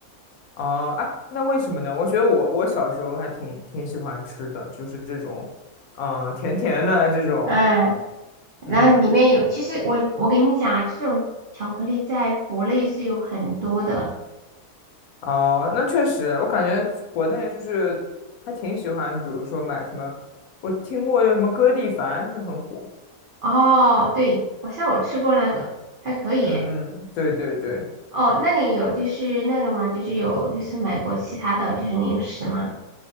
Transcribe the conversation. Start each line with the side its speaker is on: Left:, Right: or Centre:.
Left: 啊啊，那为什么呢？我觉得我我小时候还挺挺喜欢吃的，就是这种，嗯、甜甜的这种，
Right: 哎。
Left: 嗯，
Right: 然后里面有，其实我我跟你讲啊，这种巧克力在国内是有很多的。
Left: 哦、那确实，我感觉国内就是还挺喜欢，比如说买什么，我听过有什么歌地凡就很火，
Right: 哦，对，好像我吃过那个，还可以诶。
Left: 嗯嗯，对对对，
Right: 哦，那你有就是那个吗？就是有就是买过其他的就是零食吗？